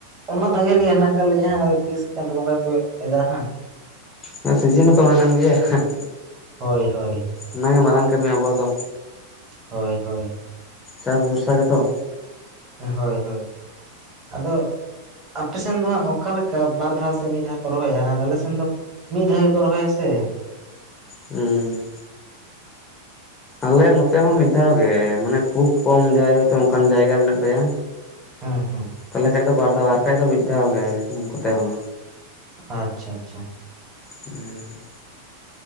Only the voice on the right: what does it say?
ᱚᱱᱟ ᱛᱟᱸᱜᱤ ᱨᱤᱜᱤ ᱦᱮᱱᱟᱜ ᱠᱟᱜ ᱞᱮᱭᱟ ᱦᱟᱸᱜ ᱟᱫᱚ ᱛᱤᱥ ᱪᱟᱸᱫ ᱵᱚᱸᱜᱟᱭ ᱠᱚᱭᱚᱜ ᱮᱫᱟ ᱦᱟᱸᱜ᱾
ᱦᱳᱭ ᱦᱳᱭ
ᱦᱳᱭ ᱦᱳᱭ
ᱦᱳᱭ ᱦᱳᱭ ᱟᱫᱚ ᱟᱯᱮ ᱥᱮᱱ ᱫᱚ ᱦᱟᱸᱜ ᱚᱠᱟ ᱞᱮᱠᱟ ᱵᱟᱨ ᱫᱷᱟᱣ ᱥᱮ ᱢᱤᱫ ᱫᱷᱟᱣ ᱠᱚ ᱨᱚᱦᱚᱭᱟ ᱟᱨ ᱟᱞᱮ ᱥᱮᱱ ᱫᱚ ᱢᱤᱫ ᱫᱷᱟᱣ ᱜᱮ ᱠᱚ ᱨᱚᱦᱚᱭᱟ ᱥᱮ᱾
ᱦᱮᱸ ᱦᱮᱸ
ᱟᱪᱪᱷᱟ ᱟᱪᱪᱷᱟ